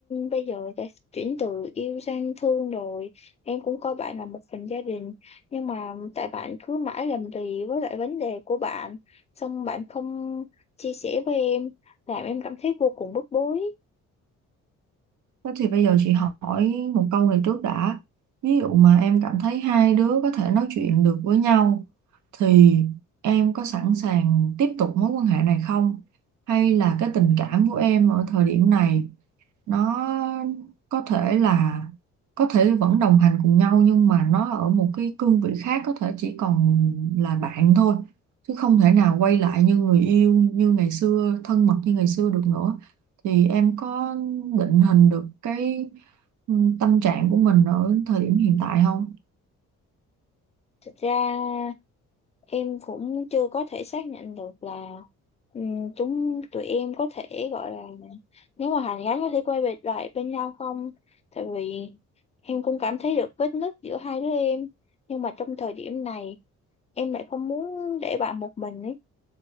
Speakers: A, on the left; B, on the right.
A: bây giờ đã chuyển từ yêu sang thương rồi em cũng coi bạn là một phần gia đình nhưng mà tại bạn cứ mãi làm lì với lại vấn đề của bạn xong bạn không chia sẻ với em làm em cảm thấy vô cùng bức bối
B: Thế thì bây giờ chị hỏi một câu này trước đã. Ví dụ mà em cảm thấy hai đứa có thể nói chuyện được với nhau thì em có sẵn sàng tiếp tục mối quan hệ này không? Hay là cái tình cảm của em ở thời điểm này nó có thể là có thể vẫn đồng hành cùng nhau nhưng mà nó ở một cái cương vị khác có thể chỉ còn là bạn thôi chứ không thể nào quay lại như người yêu như ngày xưa thân mật như ngày xưa được nữa thì em có định hình được cái ừ, tâm trạng của mình ở thời điểm hiện tại không?
A: thật ra em cũng chưa có thể xác nhận được là ừm, chúng tụi em có thể gọi là nếu mà hàn gắn có thể quay về lại bên nhau không tại vì em cũng cảm thấy được vết nứt giữa hai đứa em nhưng mà trong thời điểm này em lại không muốn để bạn một mình ấy